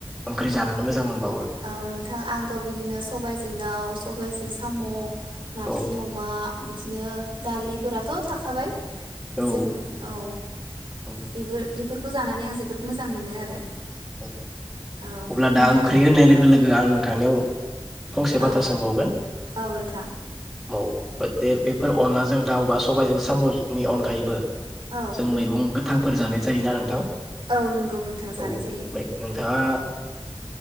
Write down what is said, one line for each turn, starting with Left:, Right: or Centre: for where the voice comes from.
Centre: ओंख्रि जानानै मोजां मोनबावो?
Right: औ नोंथां आंथ' बिदिनो सबायजों दाउ सबायाजों साम' नारजि
Centre: औ
Right: अमा बिदिनो दालि फोराथ' थाखाबाय।
Centre: औ
Right: जों औ
Centre: औ
Right: बेफोर बेफोरखौ जानानै आं जोबोद मोजां मोनो आरो।
Centre: ओम
Right: औ
Centre: अब्ला
Right: नोंथां
Centre: दा ओंख्रि होननाय लोग लोगो लोगो आं नोंथांनियाव फंसे बाथ्रा
Right: औ
Centre: सोंबावगोन
Right: औ नोंथां
Centre: औ। थ दे बेफोर अनलाजों दाउ बा सबायजों साम' नि अनगायैबो
Right: औ
Centre: जों मैगं गो थांफोर जानाय जायोना नोंथां?
Right: औ नंगौ नोंथां जानाय
Centre: औ
Right: जायो
Centre: नोंथाङा